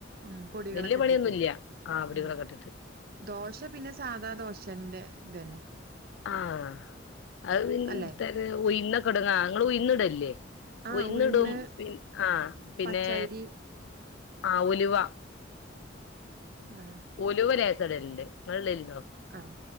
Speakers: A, on the right; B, on the left.
A: ഉം പൊടികളൊക്കെ
B: വല്യ പണിയൊന്നുല്ല
A: ഇട്ടിട്ട്
B: ആ പൊടികളൊക്കെ
A: ഉം
B: ഇട്ടിട്ട്
A: ദോശ പിന്നെ സാധാ ദോശന്റെ ഇതു തന്നെ
B: ആഹ അത് പിന്ത
A: അല്ലെ
B: ഒയന്ന കെടുങ്ങ അങ്ങ ഉയന്നിടല്ലേ
A: ആഹ്
B: ഒയിന്നിടും
A: ഉഴുന്ന്
B: പി ആഹ പിന്നെ
A: പച്ചരി
B: ആ ഉലുവ
A: ആഹ്
B: ഉലുവ ലേസം ഇടല്ണ്ട് ഇങ്ങള് ഇട
A: ആഹ്